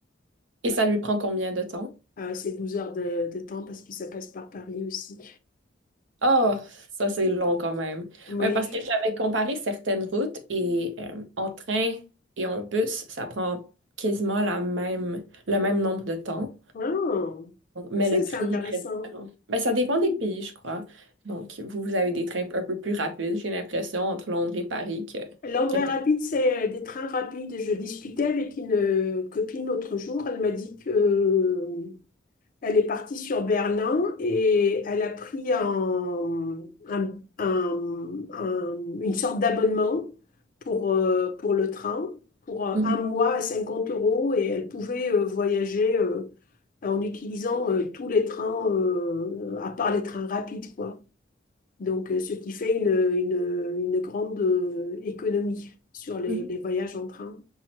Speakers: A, on the right; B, on the left.
A: Et ça lui prend combien de temps?
B: Ah, c'est 12 heures de, de temps parce que ça passe par Paris aussi.
A: Oh, ça c'est long quand même.
B: Oui.
A: Ouais, parce que j'avais comparé certaines routes et euh, en train et en bus, ça prend quasiment la même, le même nombre de temps,
B: je-
A: mais
B: Ah, ça,
A: le
B: c'est
A: prix
B: intéressant.
A: est très différent. Ben, ça dépend des pays, je crois. Donc, vous, vous avez des trains un peu plus rapides, j'ai l'impression, entre Londres et Paris que, que
B: L'André
A: peut-être.
B: rapide, c'est euh, des trains rapides. Je discutais avec une euh, copine l'autre jour. Elle m'a dit que euh, elle est partie sur Berlin et elle a pris un, un- un- un- une sorte d'abonnement pour, euh, pour le train pour euh,
A: Mhm,
B: un mois à 50 euros et elle pouvait euh, voyager euh, en utilisant euh, tous les trains, euh, à part les trains rapides, quoi. Donc, euh, ce qui fait une, une- une grande euh, économie sur les,
A: mhm.
B: les voyages en train.